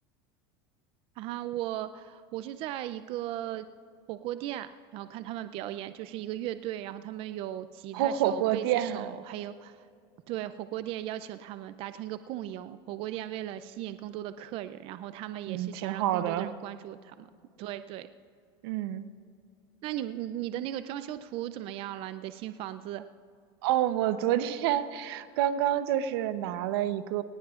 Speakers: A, on the right (about 45°); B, on the right (about 75°).
A: 啊，我我是在一个火锅店，然后看他们表演，就是一个乐队，然后他们有吉他手、
B: <laughs> 哦，火锅店，
A: 贝斯手，还有对火锅店邀请他们达成一个共赢。火锅店为了吸引更多的客人，然后他们也是想让更多的人关注他们。
B: 嗯，挺好的，
A: 对对，
B: 嗯。
A: 那你们你你的那个装修图怎么样了？你的新房子
B: 哦，我昨天刚刚就是拿了一个